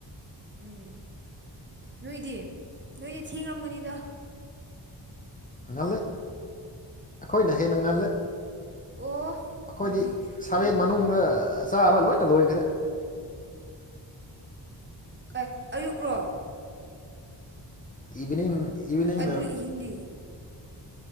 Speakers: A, on the right; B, on the left.
A: ꯎꯝ ꯅꯣꯏꯗꯤ ꯅꯣꯏꯗꯤ ꯊꯦꯡꯂꯝꯒꯅꯤꯗ꯫
B: ꯉꯜꯂꯦ ꯑꯩꯈꯣꯏꯅ ꯍꯦꯟꯅ ꯉꯜꯂꯦ꯫
A: ꯑꯣ
B: ꯑꯩꯈꯣꯏꯗꯤ
A: ꯑꯗꯨꯗꯤ
B: ꯁꯥꯕꯦꯟ
A: ꯄꯨꯡ
B: ꯃꯅꯨꯡꯗ ꯆꯥꯕ ꯂꯣꯏꯅ ꯂꯣꯏꯈ꯭ꯔꯦ꯫
A: ꯀ ꯑꯌꯨꯛ ꯔꯣ꯫
B: ꯏꯚꯅꯤꯡ ꯏꯚꯅꯤꯡꯅ꯫
A: ꯑꯗꯨ ꯑꯍꯤꯡꯗꯤ